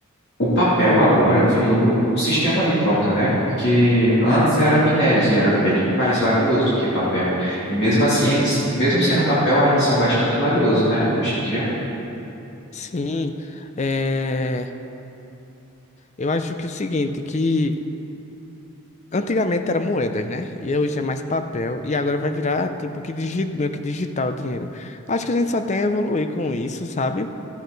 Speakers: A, on the left; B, on the left.
A: o papel agora virou o sistema de troca, né? Porque antes era minérios e era bem mais valioso do que papel. E mesmo assim, eles, mesmo sendo papel, ainda são bastante valiosos, né? Hoje em dia.
B: Sim, é, eu acho que é o seguinte, que Antigamente era moedas, né? E hoje é mais papel. E agora vai virar, tipo, que digi... meio que digital o dinheiro. Acho que a gente só tem a evoluir com isso, sabe?